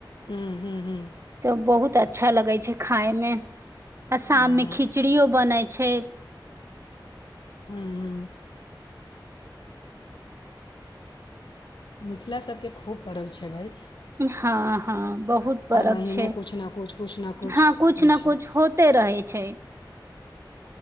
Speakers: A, on the left; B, on the right.
A: हूँ हूँ हूँ
B: तऽ बहुत अच अच्छा लगै छै खायमे आ शाम
A: हँ
B: मे खिचड़ीयो बनाय छै
A: ह्म ह मिथिला सभके खूब पर्व छबै भइ
B: हँ हँ बहुत परर्व
A: महीने
B: छै
A: किछु ने किछु किछु ने किछु
B: हँ कुछु
A: होइ
B: ने
A: छै
B: कछ होते रहे छै